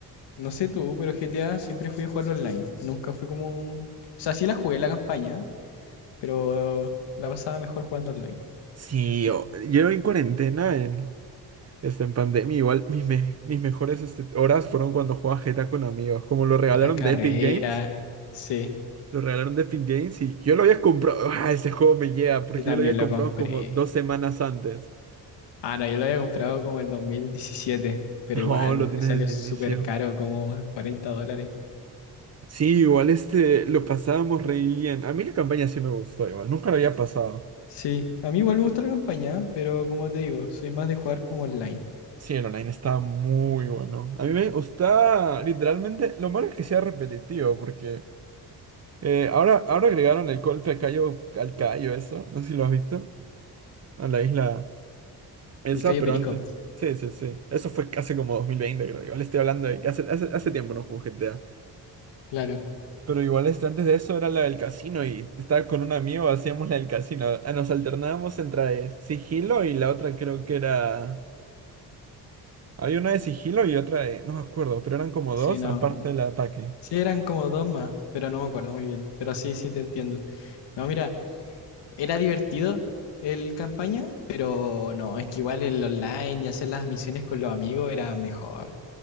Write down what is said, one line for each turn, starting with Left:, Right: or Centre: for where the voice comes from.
Left: no sé tú, pero GTA siempre fui a jugarlo online. Nunca fue como... O sea, sí la jugué la campaña, pero la pasaba mejor jugando online.
Right: Sí, o- yo en cuarentena, en, este, en pandemia, igual mis, me- mis mejores este, horas fueron cuando jugaba GTA con amigos. Como lo regalaron
Left: Las por Navidad.
Right: de Epic
Left: carreras,
Right: Games,
Left: Ok. sí,
Right: lo regalaron de Epic Games y yo lo había comprado. ¡Ah, ese juego me llega! Porque
Left: yo también
Right: yo lo había
Left: lo
Right: comprado
Left: Entonces, compré.
Right: como dos semanas antes. <laughs>
Left: Ah, no, yo lo había comprado como el 2017 pero
Right: No,
Left: igual
Right: lo tienes
Left: me salió
Right: desde
Left: entonces,
Right: el inicio.
Left: súper caro, como 40 dólares.
Right: Sí, igual este, lo pasábamos re bien. A mí la campaña sí me gustó, igual. Nunca lo había pasado.
Left: Sí, a mí igual me gusta la campaña, pero como te digo, soy más de jugar como online.
Right: Sí, el online estaba muy bueno. A mí me gusta, literalmente, lo malo es que sea repetitivo, porque. Eh, ahora, ahora agregaron el golpe a Cayo, al Cayo, eso. No sé si lo has visto. A la isla esa,
Left: El Cayo
Right: pero
Left: Perico,
Right: antes. Sí, sí, sí. Eso fue hace como 2020, creo. Igual estoy hablando de que hace, hace, hace tiempo no juego GTA.
Left: claro.
Right: Pero igual este, antes de eso era la del casino y estaba con un amigo, hacíamos la del casino. Ah, Nos alternábamos entre sigilo y la otra creo que era... Había una de sigilo y otra de... No me acuerdo, pero eran como
Left: Sí,
Right: dos
Left: no.
Right: aparte del ataque.
Left: Sí, eran como dos más, pero no me acuerdo muy bien. Pero sí, sí te entiendo. No, mira, era divertido el campaña, pero no, es que igual el online y hacer las misiones con los amigos era mejor.